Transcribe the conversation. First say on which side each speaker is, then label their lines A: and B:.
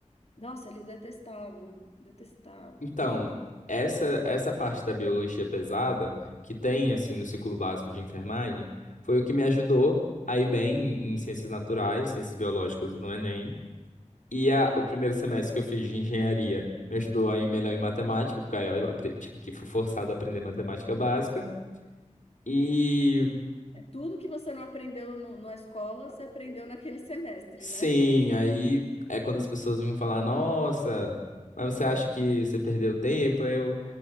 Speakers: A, on the left; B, on the left.
A: Nossa, eles detestavam, detestavam,
B: então,
A: assim.
B: essa essa parte da biologia pesada que tem assim no ciclo básico de enfermagem foi o que me ajudou a ir bem em em ciências naturais, ciências biológicas no Enem. E a, o primeiro semestre que eu fiz de engenharia me ajudou a ir melhor em matemática, porque aí eu apre- tive que fui forçado a aprender matemática básica. E
A: É tudo que você não aprendeu no- na escola, você aprendeu naquele semestre,
B: sim,
A: né?
B: aí é quando as pessoas vinham falar, nossa, mas você acha que você perdeu tempo? Aí Eu,